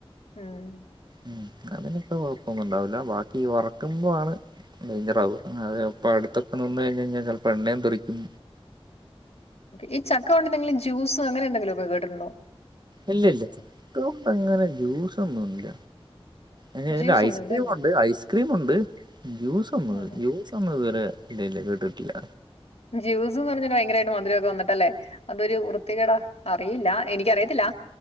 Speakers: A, on the left (about 85°); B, on the right (about 45°).
A: ഉം
B: ഉം അതിനൊന്നുംകുഴപ്പൊന്നും ണ്ടാവില്ല ബാക്കി വറക്കുമ്പോണ് <unintelligible> അടുത്തൊക്കെ നിന്നെയ് ഞാല് എണ്ണ തെറിക്കും
A: ഈ ചക്ക കൊണ്ട് എന്തെങ്കിലും ജ്യൂസ് അങ്ങനെന്തെങ്കിലൊക്കെ കേട്ടിട്ടുണ്ടെ
B: ഇല്ല ഇല്ല ചക്ക കൊണ്ട്ങ്ങനെ ജ്യൂസൊന്നുംല്ല അതിന്റെ
A: ജ്യൂസ് ഒന്നുമില്ല
B: ഐസ്ക്രീമുണ്ട്
A: അല്ലേ
B: ഐസ്ക്രീമ ഉണ്ട് ജ്യൂസ് ഒന്ന്
A: ഉം
B: ജ്യൂസ് ഒന്ന് ഇതുവരെ ഇല്ല ഇല്ല കേട്ടിട്ടില്ല
A: ജ്യൂസ് എന്ന് പറഞ്ഞാൽ ഭയങ്കരമായിട്ട് മധുരംക്കെ വന്നിട്ടേ അതരു വൃത്തികട അറിയില്ല എനിക്കറിയത്തില്ല